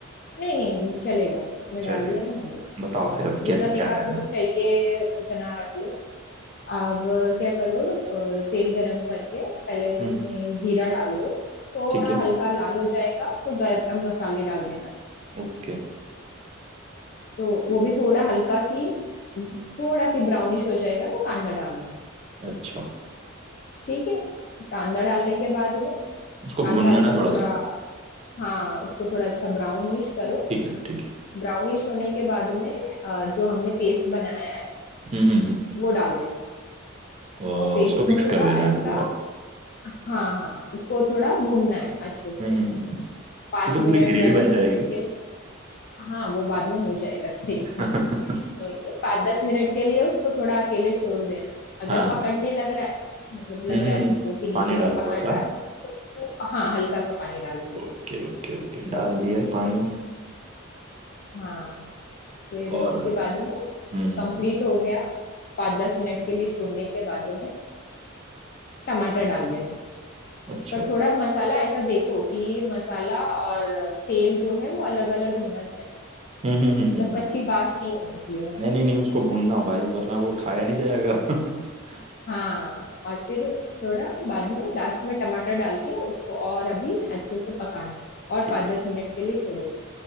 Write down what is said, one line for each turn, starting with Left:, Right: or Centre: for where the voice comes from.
Left: नहीं नहीं चलेगा उसमें
Right: चलेगा
Left: डाल दिया ना हमने
Right: बताओ फिर अब
Left: जितना
Right: कैसे क्या
Left: तीखा
Right: करना
Left: तुमको
Right: है।
Left: चाहिए उतना रख लो अब क्या करो अ, तेल गरम करके पहले उसमें
Right: हम्म
Left: जीरा डाल दो थोड़ा
Right: ठीक है
Left: हल्का लाल हो जाएगा तो गरम मसाले डाल देना
Right: ओके
Left: तो वो भी थोड़ा हल्का सी थोड़ा सी ब्राउनिश हो जाएगा तो कांदा डाल दो
Right: अच्छा
Left: ठीक है कांदा डालने के बाद में
Right: उसको
Left: कांदा
Right: भूनना
Left: अच्छा
Right: है ना थोड़ा
Left: थोड़ा
Right: सा
Left: हाँ उसको थोड़ा अच्छा ब्राउनिश करो
Right: ठीक है ठीक है
Left: ब्राउनिश होने के बाद में अ, जो हमने पेस्ट बनाया है
Right: हम्म हम्म हम्म
Left: वो डाल देना
Right: और
Left: और पेस्ट
Right: उसको मिक्स
Left: को थोड़ा
Right: कर देना
Left: अच्छा
Right: है पूरा
Left: हाँ हाँ उसको थोड़ा भूनना है अच्छे से
Right: हम्म हम्म हम्म हम्म।
Left: पाँच
Right: ये तो
Left: मिनट
Right: पूरी ग्रेवी
Left: या दस
Right: बन जाएगी
Left: मिनट के लिए हाँ वो बाद में हो जाएगा <laughs> सही
Right: <laughs> हाँ
Left: कोई नहीं पाँच दस मिनट के लिए उसको थोड़ा अकेले छोड़ देना अगर
Right: हाँ
Left: पकड़ने लग रहा है ना मतलब
Right: हम्म
Left: लग
Right: हम्म
Left: रहा है
Right: हम्म।
Left: तुमको कि नीचे
Right: पानी डालो
Left: से पकड़
Right: थोड़ा सा
Left: रहा है तो उसको हाँ हल्का सा पानी डाल दो
Right: ओके ओके ओके डाल दिया
Left: ठीक
Right: पानी
Left: है हाँ फिर
Right: और
Left: उसके
Right: बस।
Left: बाद में
Right: हम्म हम्म।
Left: कंप्लीट हो गया पाँच दस मिनट के लिए छोड़ने के बाद में टमाटर डाल देना
Right: अच्छा
Left: पर थोड़ा मसाला ऐसा देखो कि मसाला और तेल जो है वो अलग अलग होना चाहिए
Right: हम्म हम्म हम्म
Left: मतलब
Right: हम्म, हम्म।
Left: कच्ची बास नहीं होनी चाहिए मसाले
Right: नहीं नहीं
Left: में।
Right: नहीं उसको भूनना हो भाई वरना वो खाया नहीं जाएगा <laughs>
Left: हाँ और फिर थोड़ा बाद में लास्ट में टमाटर डाल के उसको और अभी अच्छे से पकाना है और
Right: ठीक
Left: पाँच
Right: है
Left: दस मिनट के लिए छोड़ो